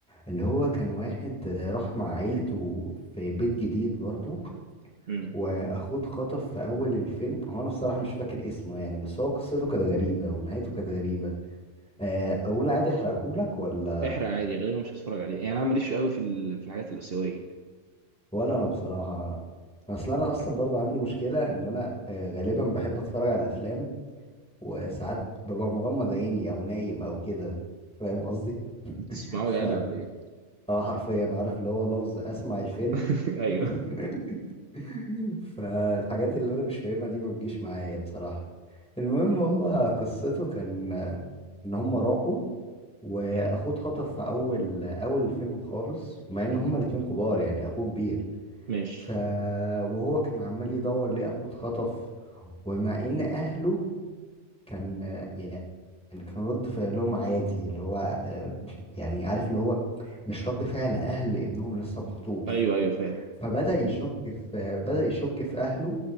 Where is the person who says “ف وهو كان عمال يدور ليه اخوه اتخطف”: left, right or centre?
Centre